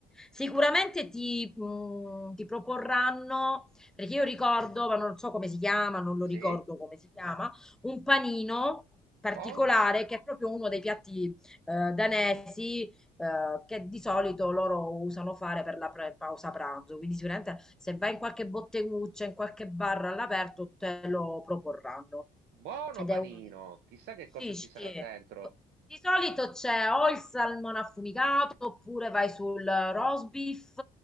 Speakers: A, in the centre; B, on the right (about 75°).
A: Sicuramente ti, mh, ti proporranno, perché io ricordo, ma non so come si chiama, non lo
B: Sì?
A: ricordo come si chiama, un panino particolare
B: Buono.
A: che è proprio uno dei piatti eh, danesi eh, che di solito loro usano fare per la pre- pausa pranzo. Quindi sicuramente se vai in qualche botteguccia, in qualche bar all'aperto, te lo proporranno.
B: Buono
A: Ed
B: panino.
A: è uno dei...
B: Chissà che cosa
A: Sì,
B: ci
A: sì.
B: sarà dentro.
A: Di solito c'è o il salmone affumicato oppure vai
B: Oh.
A: sul roast beef